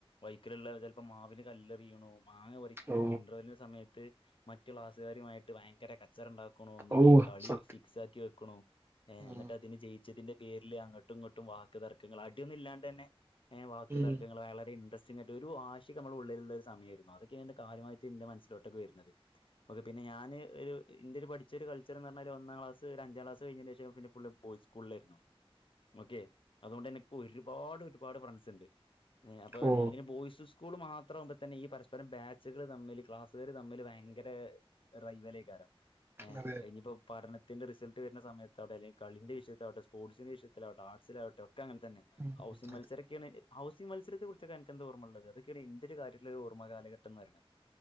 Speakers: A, on the left; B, on the right.
A: വയ്കല്ള്ളവ ചെൽപ്പോ മാവിന് കല്ലെറിയുണു മാങ്ങ പറിക്കുണു
B: ഓ
A: ഇന്റർ വെല്ലിന്റെ സമയത് മറ്റ് മറ്റ് ക്ലാസുകാരുമായിട്ട് ഭയങ്കര കച്ചറണ്ട കുണു ന്നട്ട്
B: ഓ ഓ
A: കളി
B: സത്യം
A: ഫിക്സ് ആക്കി വെക് കുണു ഏ ഇന്നട്ട്
B: ഉം
A: അതിന് ജയിച്ചതിന്റെ പേരില് അങ്ങട്ടും ഇങ്ങട്ടും വാക്ക് തർക്കങ്ങൾ അട്യൊന്നുല്ലാണ്ട് തന്നെ ഏ വാക്ക്
B: ഉം
A: തർക്കങ്ങള് അയാ ഇന്റർസിറ്റിംങ്ങായിട്ട് ഒരു വാശിക്കെ മ്മളെ ഉള്ളിലുള്ള സമയായിരുന്നു അതൊക്കെന്റെ കാര്യാമായിട്ട് ഇന്റെ മനസ്സിലോട്ടൊക്കെ വരുന്നത് പിന്നെ ഞാന് ഇന്റെ പഠിച്ചൊര്കൾച്ചറ്ന്നർഞാല് ഒന്നാം ക്ലാസ്സ് ഒരഞ്ചക്ലാസ്സ് കഴിഞ്ഞിന്റെഷം പിന്നെ ഫുള്ള് ബോയ്സ് സ്കൂളെന്നു മ്മക്കെ അതോണ്ടന്നെ ഒരുപാട് ഒരുപാട് ഫ്രണ്ട്സിണ്ട് ഏ അപ്പ
B: ഓ
A: ഇങ്ങനെ ബോയ്സ് സ് ക്കുള് മാത്ര ആവുമ്പതന്നെ ഈ പരസ്പരം ബാചുകൾ തമ്മിൽ ക്ലാസ് കാര് തമ്മിൽ ഭയ്ങ്കര റയ് വലയ്കരം ഏ
B: അതെ
A: അയ്‌ഞ്ഞിപ്പം പർ ത്തിന്റെ റിസൾട്ട് വരുന്ന സമയത്ത് അവിടെ അല്ലെ കളിന്റെ വിഷയത്തിൽ ആവട്ടെ സ്പോർട്സിൻ്റെ വിഷയത്തിൽ ആവട്ടെ ആർട്സിലാവട്ടെ ഒക്ക് ക്കെ അങ്ങനെ തന്നെ
B: ഉം
A: ഹൗസിങ്
B: അതെ
A: മത്സരക്കെയാണ് എ ഹൗസിങ് മത്സരത്തെ കുറിച്ച് അനക്ക് എന്താ ഓർമ്മ ഉള്ളത് അതൊക്കെയാണ് ഇൻ്റൊരു ഓർമയുള്ള കാലഘട്ടം എന്ന് പറയണത്.